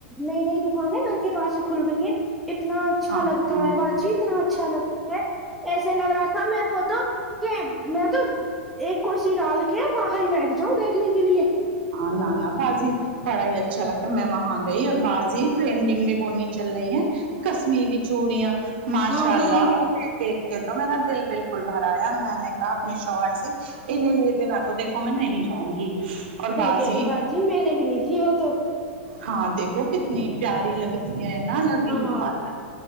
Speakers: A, in the centre; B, on the right.
A: نئی نئی دکانیں گھر کے پاس ہی کھل گئی ہیں اتنا اچھا
B: ہاں
A: لگتا ہے جیتنا اچھا لگتا ہے ایسے لگ رہا تھا میرے کو تو کہ میں تو ایک کرسی ڈال کے باہر ہی بیٹھ جاؤ دیکھنے کے لیے
B: ہاں نہ نہ بازی بڑا ہی اچھا لگتا ہے میں وہاں گئی اور بازی ٹرینڈنگ میں وہ نہیں چل رہی ہیں کشمیری چوڑیاں ماشاءاللہ
A: ہاں ہاں ہاں
B: دیکھ کے تو میرا دل بالکل بھرایا میں نے کہا اپنے شوہر سے انیں لیے بنا تو دیکھو میں نہیں جاؤں گی اور
A: سی
B: بازی
A: کہہ رہے با جی میں نے بھی لی تھی وہ تو
B: ہاں دیکھو کتنی پیاری لگتی ہے نا الگ
A: ہاں
B: لکار